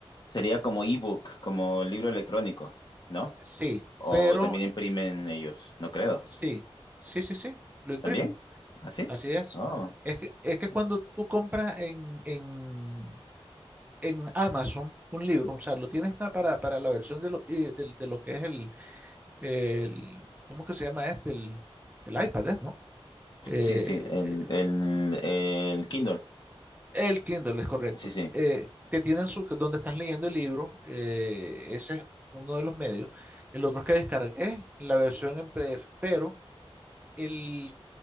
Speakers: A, on the left; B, on the right.
A: sería como ebook, como libro electrónico, ¿no?
B: sí,
A: O
B: pero
A: también imprimen ellos, no creo.
B: sí, sí, sí, sí, lo imprimen.
A: ¿También? ¿Así?
B: Así es.
A: Oh,
B: Es que, es que
A: ya.
B: cuando tú compras en, en, en Amazon un libro, o sea, lo tienes pa- para, para la versión de lo, eh, del- de, lo que es el, el, ¿cómo que se llama este? El, el iPad, ¿eh? ¿no?
A: sí,
B: Eh,
A: sí, el, el, el Kindle.
B: El Kindle es correcto.
A: Sí, sí.
B: eh, que tienen su, que donde estás leyendo el libro, eh, ese es uno de los medios. El otro es que descargué la versión en PDF, pero el